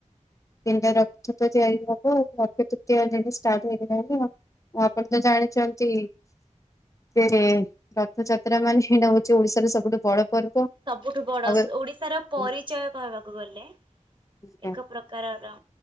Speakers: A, on the left; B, on the right.
A: ତିନିଟା ରଥ ତ ତିଆରି ହବ ଅକ୍ଷ ତୃତୀୟା ଦିନୁ ଷ୍ଟାର୍ଟ ହେଇଗଲାଣି ଆଉ। ଆପଣ ତ ଜାଣିଚନ୍ତି ସେ ରଥଯାତ୍ରା ମାନେ ସେଇଟା ହଉଚି ଓଡିଶାର ସବୁଠୁ ବଡ ପର୍ବ।
B: ସବୁଠୁ ବଡ
A: ଆଉ
B: ସ ଓଡିଶାର ପରିଚୟ
A: ହୁଁ
B: କହିବାକୁ ଗଲେ
A: ହୁଁ
B: ଏକ ପ୍ରକାରର।